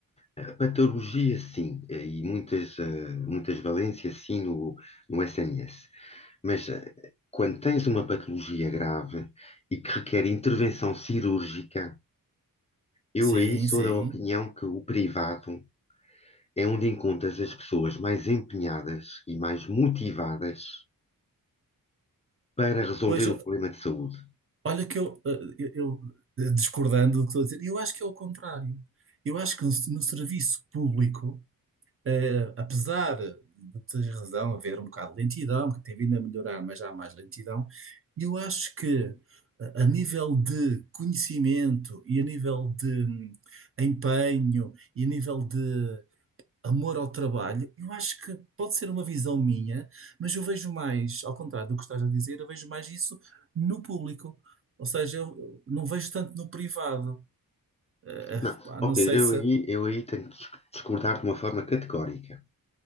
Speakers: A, on the left (about 20°); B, on the right (about 40°).
A: a patologia sim, eh, e muitas, eh, muitas valências sim no, no SNS, mas eh, quando tens uma patologia grave e que requer intervenção cirúrgica, Eu
B: Sim,
A: aí sou
B: sim.
A: da opinião que o privado é onde encontras as pessoas mais empenhadas e mais motivadas para resolver
B: Pois
A: o problema de saúde.
B: Olha que eu, eh, eu, eu, eh, discordando do que estou a dizer, eu acho que é o contrário. Eu acho que no, no serviço público, eh, apesar de teres razão, haver um bocado de lentidão, que tem vindo a melhorar, mas já há mais lentidão, eu acho que eh, a nível de conhecimento e a nível de hum, empenho e a nível de amor ao trabalho, eu acho que pode ser uma visão minha, mas eu vejo mais, ao contrário do que estás a dizer, eu vejo mais isso no público. Ou seja, eu não vejo tanto no privado. Eh,
A: Não,
B: pá,
A: ó
B: não
A: Pedro,
B: sei
A: eu
B: se.
A: aí, eu aí tenho que dis- discordar de uma forma categórica.